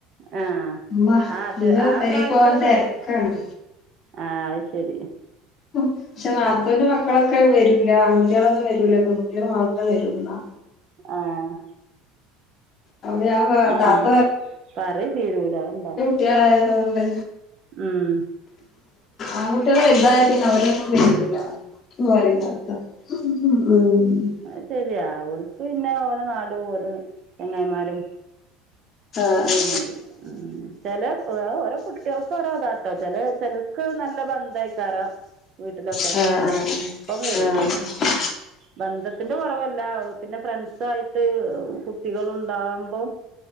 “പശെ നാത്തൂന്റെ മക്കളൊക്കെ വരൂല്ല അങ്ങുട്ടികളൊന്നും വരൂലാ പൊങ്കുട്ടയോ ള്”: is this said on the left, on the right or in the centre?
Left